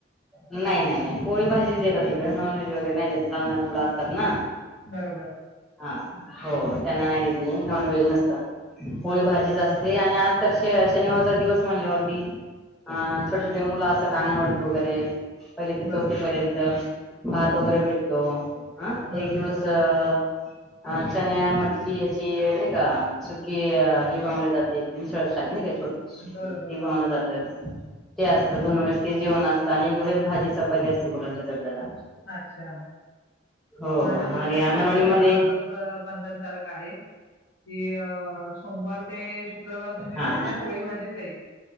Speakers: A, in the centre; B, on the left (about 80°).
A: नाही नाही नाही पोळी भाजी देतात इकडे नॉनव्हेज वगैरे नाही देतात लहान लहान मुलं असतात ना.
B: बरोबर
A: हा हो हो त्यांना नाही देती नॉनव्हेज नसत. पोळी
B: बरोबर
A: भाजीच असते आणि आज तर शनिवारचा दिवस म्हणल्यावरती छोटे छोटे मुलं असतात अंगणवाडीत वगैरे पहिली ते
B: बरोबर
A: चौथी पर्यंत भात वगैरे भेटतो. हं
B: बरोबर
A: एक दिवस अ अ चण्या मटकी याची नाही का सुकी ही बनवली जाते मिसळ सारखे नाही का.
B: बरोबर
A: ते बनलं
B: बरोबर
A: जात ते असतं दोन वेळेस ते जेवण असत. आणि एक वेळेस भाजी चपाती असते मुलांच्या डब्याला.
B: अच्छा.
A: हो
B: माझ्या मुलाच्या
A: आणि
B: शाळेमध्ये
A: अंगणवाडी मध्ये
B: पण असंच बंधनकारक आहे. की अ सोमवार ते शुक्रवार तुम्ही
A: हा
B: फक्त पोळी भाजीच द्यायची.